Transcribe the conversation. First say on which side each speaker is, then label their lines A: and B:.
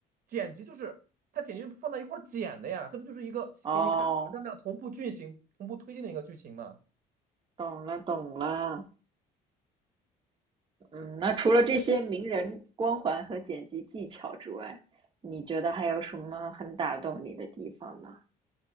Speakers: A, on the right (about 55°); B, on the right (about 30°).
A: 剪辑就是他剪辑放在一块儿剪的呀，他不就是一个给你看，
B: 哦，
A: 他们俩同步剧情、同步推进的一个剧情吗？
B: 懂了懂了。嗯，那除了这些名人光环和剪辑技巧之外，你觉得还有什么很打动你的地方呢？